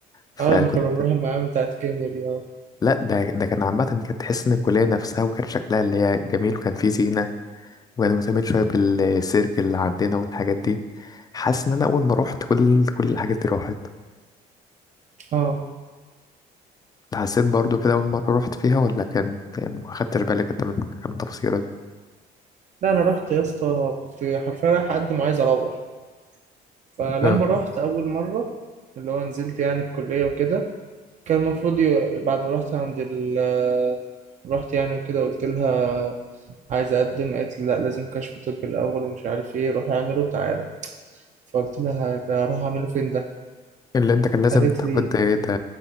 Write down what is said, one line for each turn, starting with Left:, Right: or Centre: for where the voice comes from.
Left: فكنت
Right: أنا لما كنا بنروح المعامل بتاعت الكيميا دي آه
Left: لا ده ده كان عامة كانت تحس إن الكلية نفسها وكان شكلها اللي هي جميل وكان فيه زينة وأنا مهتمين شوية بالسيرك اللي عندنا والحاجات دي حاسس إن أنا أول ما روحت كل كل الحاجات دي راحت
Right: آه
Left: أنت حسيت برضو كده أول مرة روحت فيها ولا كان ما خدتش بالك أنت من كام تفصيلة دي
Right: لا أنا رحت يا اسطى كنت حرفيا رايح أقدم وعايز أروح فلما
Left: آه.
Right: رحت أول مرة اللي هو نزلت يعني الكلية وكده كان المفروض ي- بعد ما رحت عند ال رحت يعني وكده قلت لها عايز أقدم قالت لي لا لازم كشف طبي الأول ومش عارف إيه روح اعمله وتعالى فقلت لها ده أروح أعمله فين ده؟
Left: اللي أنت كان لازم
Right: قالت
Left: تاخد
Right: لي
Left: ده ده